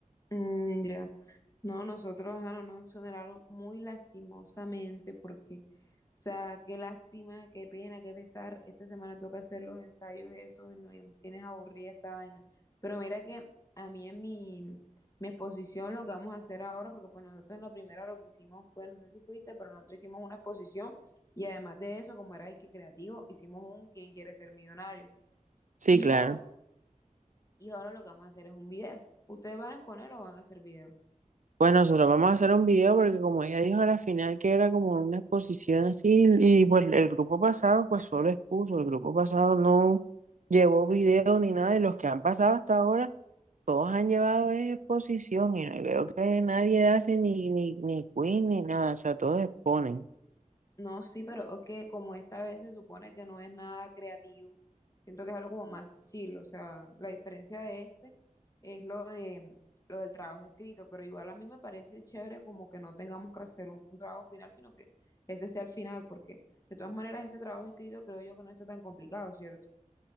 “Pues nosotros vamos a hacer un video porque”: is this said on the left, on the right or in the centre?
Right